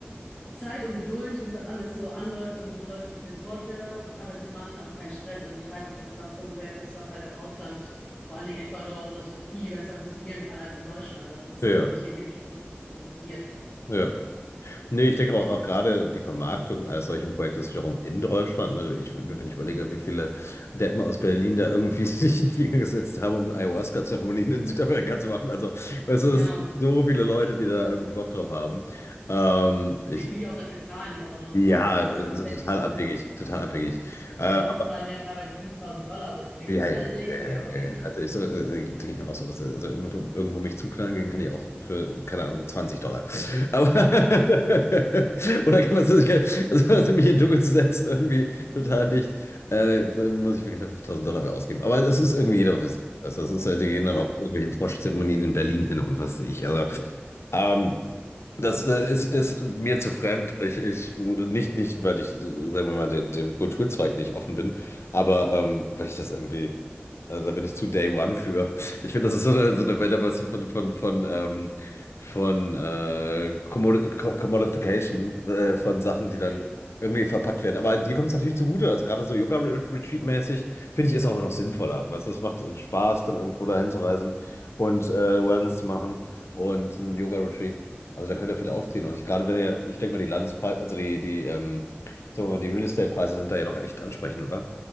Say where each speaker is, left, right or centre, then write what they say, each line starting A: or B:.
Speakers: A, on the left; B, on the left.
A: Zeit und Geduld, bis das alles so anläuft und so läuft, wie ich mir es vorstelle. Aber deswegen mache ich mir auch keinen Stress. Also ich weiß auch, dass das so ein Projekt ist, was halt im Ausland, vor allen Dingen Ecuador oder so, viel besser funktionieren kann als in Deutschland. Also das
B: ja,
A: kann ich mir hier nicht vorstellen, dass das funktioniert.
B: ja. Nee, ich denke auch, auch gerade die Vermarktung eines solchen Projektes wiederum in Deutschland. Ne? Ich, wenn ich überlege, wie viele Deppen aus Berlin da irgendwie <laughs> sich in den Flieger gesetzt haben, um eine Ayahuasca-Zeremonie in Südamerika zu machen. Also, weißt du,
A: Ja.
B: es sind so viele Leute, die da irgendwie Bock drauf haben. Ähm, ich,
A: wie viel die auch dafür zahlen, ist auch dann noch eine
B: ja,
A: andere Sache,
B: also
A: wo ich mir aber denke,
B: total
A: so
B: abwegig,
A: für
B: total abwegig. Äh,
A: eine Woche zahlen die dann teilweise 5000 Dollar, wo ich mir denke,
B: ja,
A: so
B: ja,
A: Halleluja,
B: ja, ja,
A: okay.
B: ja. ja. Also ich so, äh, äh, denke ich mir auch so, was, äh, also irgendwo, irgendwo mich zuknallen gehen kann ich auch für, keine Ahnung, 20 Dollar. Aber
A: <laughs>
B: <laughs> oder kann man so, sich- also also mich in den Dschungel zu setzen, irgendwie total dicht, äh, dann muss ich mir keine 5000 Dollar mehr ausgeben. Aber das ist irgendwie jeder für sich. Also das ist halt, die gehen dann
A: Ja,
B: auch irgendwelche Froschzeremonien in Berlin hin und was weiß ich. Also ähm, das äh, ist, ist mir zu fremd. Ich, ich, nicht, nicht, weil ich, äh, sagen wir mal, de- dem Kulturzweig nicht offen bin, aber ähm, weil ich das irgendwie, äh, da bin ich zu Day One für. Ich finde, das ist so eine, so eine Welle, was von, von, von, ähm, von äh, Commod Co- Commodification äh, von Sachen, die dann
A: mhm.
B: irgendwie verpackt werden. Aber dir kommt es natürlich zugute. Also gerade so Yoga-Retreat-mäßig, finde ich, ist auch noch sinnvoller. Weißt du, es macht Spaß, dann irgendwo dahin zu reisen und äh, Wellness zu machen und ein Yoga-Retreat. Also da könnt ihr viel aufziehen. Und ich gerade wenn ihr, ich denke mal, die Landespreise, also die, die, ähm, sagen wir mal, die Real Estate-Preise sind da ja noch echt ansprechend, oder?